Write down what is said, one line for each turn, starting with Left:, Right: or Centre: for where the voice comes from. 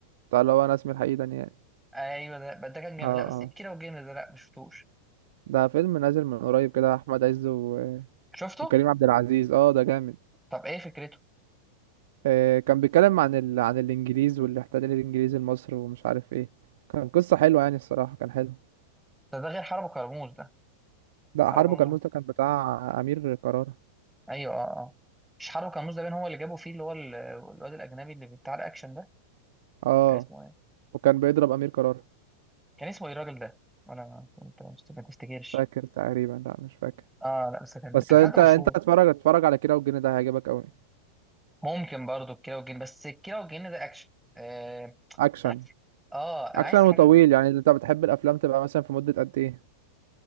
Right: بتاع اللي هو انا اسمي الحقيقي دانيال
Centre: ايوه ده بس ده كان جامد
Right: اه
Centre: لا بس
Right: اه
Centre: ايه كده والجامد ده لا ما شفتوش
Right: ده فيلم نازل من قريب كده احمد عز و...
Centre: شفته
Right: وكريم عبد العزيز اه ده جامد
Centre: طب ايه فكرته
Right: آه كان بيتكلم عن ال... عن الانجليز والاحتلال الانجليزي لمصر ومش عارف ايه كان قصة حلوة يعني الصراحة كان حلو
Centre: ده ده غير حرب كرموز ده
Right: ده
Centre: حرب
Right: حربه
Centre: كرموز
Right: كان مستر كان بتاع امير قرار
Centre: ايوه اه اه مش حرب كرموز ده بين هو اللي جابوا فيه اللي هو ال- الواد الاجنبي اللي بتاع الاكشن ده
Right: اه
Centre: كان اسمه ايه
Right: وكان بيضرب امير قرار
Centre: كان اسمه ايه الراجل ده ولا ما- انت ما بتفتكرش
Right: فاكر تقريبا لا مش فاكر
Centre: اه لا بس كان
Right: بس
Centre: كان
Right: انت
Centre: حد مشهور
Right: انت اتفرج اتفرج على كيرة والجن ده هيعجبك قوي
Centre: ممكن برضو الكيرة والجن بس الكيرة والجن ده اكشن آه
Right: اكشن
Centre: انا عايز اه انا
Right: اكشن
Centre: عايز حاجه
Right: وطويل
Centre: زي-
Right: يعني انت بتحب الافلام تبقى مثلا في مدة قد ايه